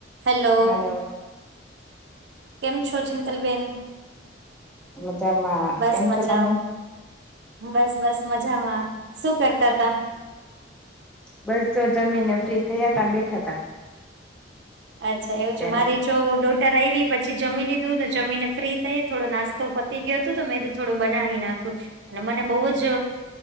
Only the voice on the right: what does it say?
Hello
કેમ છો ચિંતલ બેેન
બસ
મજા
બસ બસ મજામાં શું કરતા તા
અચ્છા એવું
છે મારી
જો આવી પછી જમી લીધું ને જમીને ફ્રી થઈ થોડો નાસ્તો પતી ગયો હતો તો મેંધું થોડું બનાવી નાખું અને મને બહુ જ